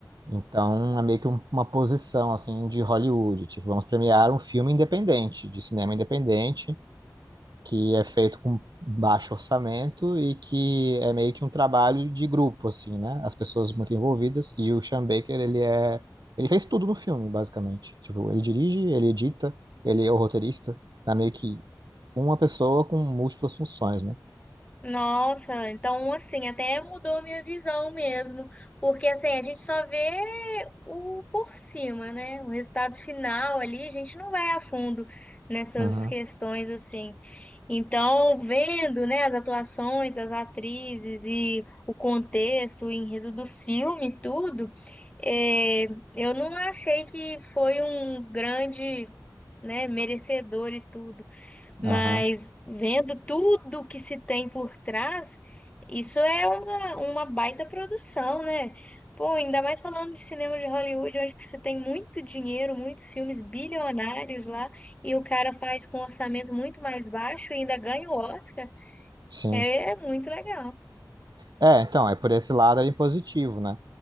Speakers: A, on the right; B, on the left.
A: Então, é meio que um- uma posição, assim, de Hollywood, tipo, vamos premiar um filme independente, de cinema independente, que é feito com baixo orçamento e que é meio que um trabalho de grupo, assim, né? As pessoas muito envolvidas e o Sean Baker, ele é... Ele fez tudo no filme, basicamente. Tipo, ele dirige, ele edita, ele é o roteirista. Tá meio que uma pessoa com múltiplas funções, né?
B: Nossa, então assim, até mudou a minha visão mesmo, porque assim, a gente só vê o por cima, né? O resultado final ali, a gente não vai a fundo nessas
A: Aham,
B: questões assim. Então, vendo, né, as atuações das atrizes e o contexto, o enredo do filme, e tudo, eh, eu não achei que foi um grande, né, merecedor e tudo. Mas
A: aham,
B: vendo tudo que se tem por trás, isso é uma, uma baita produção, né? Pô, ainda mais falando de cinema de Hollywood, onde que você tem muito dinheiro, muitos filmes bilionários lá, e o cara faz com um orçamento muito mais baixo e ainda ganha o Oscar.
A: sim.
B: É, é muito legal.
A: É, então, é por esse lado aí positivo, né?